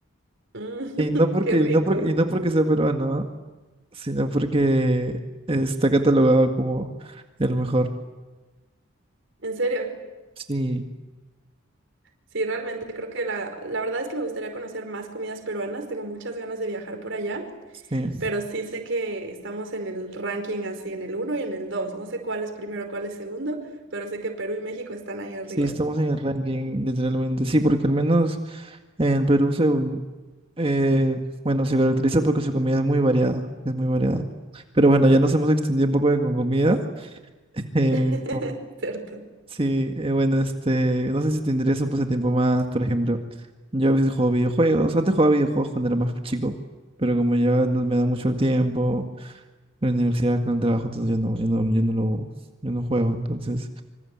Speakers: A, on the right; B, on the right.
A: Mm,
B: Y no porque,
A: <laughs> qué rico.
B: y no porque, y no porque sea peruano, ¿ah? Sino porque está catalogado como el mejor.
A: En serio.
B: Sí,
A: Sí, realmente creo que la, la verdad es que me gustaría conocer más comidas peruanas. Tengo muchas ganas de viajar por allá.
B: sí,
A: pero sí sé que estamos en el ranking así, en el uno y en el dos No sé cuál es primero, cuál es segundo, pero sé que Perú y México están ahí arriba.
B: sí, estamos en el ranking, literalmente. Sí, porque al menos en Perú se Eh, bueno, se caracteriza porque su comida es muy variada, es muy variada. Pero bueno, ya nos hemos extendido un poco de con comida. <laughs> Eh,
A: <laughs> Cierto.
B: sí, eh, bueno, este, no sé si te interesa un pasatiempo más, por ejemplo. Yo a veces juego videojuegos, antes jugaba videojuegos cuando era más chico, pero como ya no me da mucho el tiempo, con la universidad, con el trabajo, entonces ya no, ya no, ya no lo, yo no juego. Entonces,